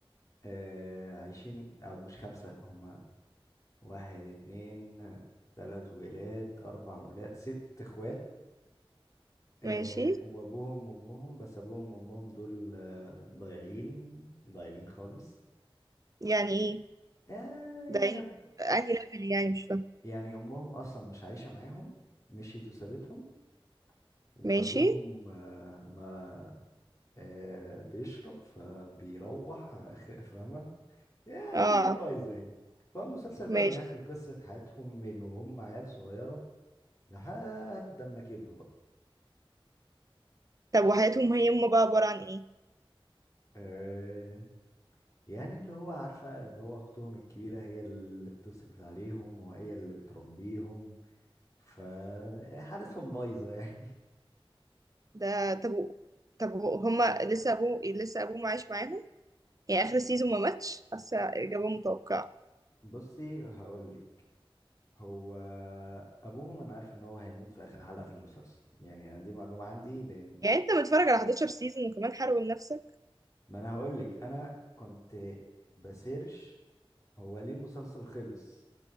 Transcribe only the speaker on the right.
ماشي
يعني ايه
ده
يعني- انهي ليفل يعني مش فاهم
ماشي
اه
ماشي
طب وحياتهم هي هم بقى عباره عن ايه
ده طب و... طب و- هما لسه ابوه لسه ابوه عايش معاهم يعني اخر سيزون ما ماتش حاسه اجابه متوقعه
يعني انت متفرج على 11 سيزون وكمان حرقوا لنفسك